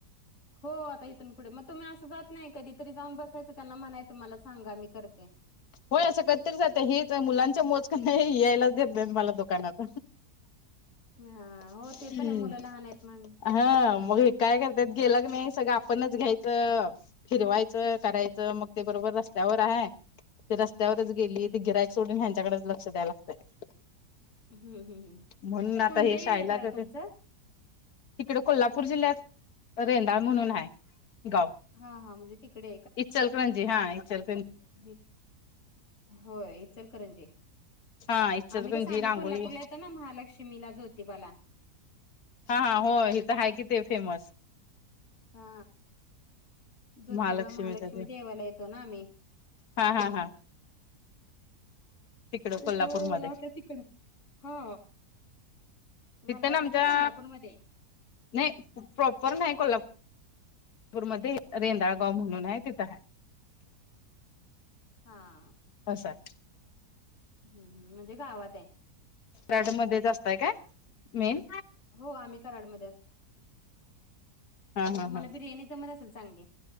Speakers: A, on the left (about 50°); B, on the left (about 70°).
A: हो आता इथून पुढे मग तुम्ही असं जात नाही कधी तरी जाऊन बसायचं त्यांना म्हणायचं मला सांगा मी करते
B: होय असं करी जातं हेच मुलांच्या मोज का नाही यायलाच देत नाही मला दुकानात
A: हा हो
B: हम्म
A: ते पण आहे मुलं लहान आहेत म्हण.
B: हा मग काय करतत गेला क नाही सगळं आपणच घ्यायचं फिरवायचं करायचं मग ते बरोबर रस्त्यावर आहे ते रस्त्यावरच गेली ते गिरायक सोडून ह्यांच्याकडेच लक्ष द्यायला लागतय
A: हम्म हम्म हम्म
B: म्हणून आता
A: कोणत्या
B: हे शायलाच
A: एरियात आलं तुमचं?
B: तिकडे कोल्हापूर जिल्ह्यात रेंदाळ म्हणून आहे गाव
A: हा हा म्हणजे तिकडे
B: इचलकरंजी हा इचल
A: हेच होय हे चलकरंजी
B: हा इचलकरंजी
A: आम्ही कसं आम्ही
B: रांगोळी
A: कोल्हापूरला येतो ना महालक्ष्मीला ज होती बाला
B: हा हा हो हिथ आहे कि ते फेमस
A: हा ज्योतिबा
B: महालक्ष्मीच
A: महालक्ष्मी
B: ते
A: देवाला येतो ना आम्ही
B: हा हा हा तिकड
A: त्याच्यामुळे
B: कोल्हापूरमध्येध्ये
A: मला वाटलं तिकड हा
B: तिथे
A: मला
B: ना
A: वाटलं
B: आमच्या
A: काय कोल्हापूरमध्ये
B: नाही प्रॉपर नाही कोल्हापूर नापूरमध्येध्ये रेंदाळगाव म्हणून आहे तिथं आहे
A: हा
B: असं
A: हम् म्हणजे गावात आहे
B: ड मध्ये जा असतय काय मेन
A: हो आम्ही कराडमध्ये असतो
B: हा हा
A: तुम्हाला
B: हा
A: बिर्याणी जमत असेल सांगे